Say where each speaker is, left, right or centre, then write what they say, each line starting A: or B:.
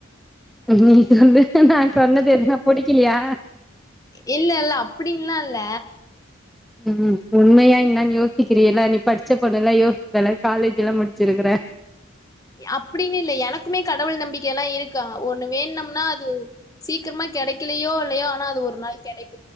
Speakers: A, in the centre; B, on the left.
A: நீ சொல்லு நா சொன்னது என்ன புடிக்கலையா
B: இல்லல்ல அப்டின்லா இல்ல
A: ம் உண்மையா என்னானு யோசிக்கிறீல்ல நீ படிச்ச பொண்ணுல்ல யோசிப்பல்ல காலேஜுல்லா முடிச்சிருக்குற
B: அப்டினு இல்ல எனக்குமே கடவுள் நம்பிக்க எல்லா இருக்கா ஒண்ணு வேண்ட்னோம்னா அது சீக்கி ரமா கெடைக்கலையோ இல்லையோ ஆனா அது ஒரு நாள் கெடைக்